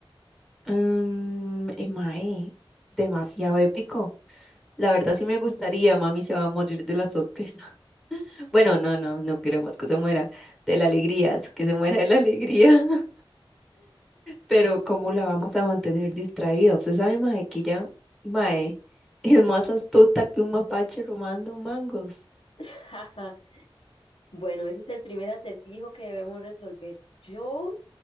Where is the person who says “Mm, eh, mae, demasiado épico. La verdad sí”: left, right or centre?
Centre